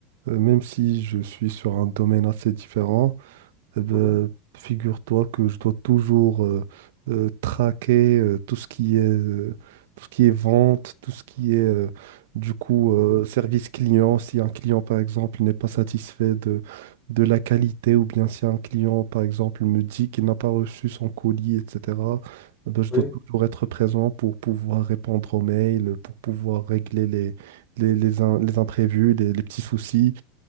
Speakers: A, on the right; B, on the left.
A: Euh, Même si je suis sur un domaine assez différent, eh ben,
B: Mhm,
A: figure-toi que je dois toujours euh, euh, traquer euh, tout ce qui est, euh, tout ce qui est vente, tout ce qui est euh, du coup euh,
B: mhm.
A: service client. Si un client, par exemple, n'est pas satisfait de, de la qualité, ou bien si un client, par exemple, me dit qu'il n'a pas reçu son colis, etc., eh ben, je
B: Oui,
A: dois toujours être présent pour pouvoir répondre aux mails, pour pouvoir régler les, les, les, im- les imprévus, les les petits soucis.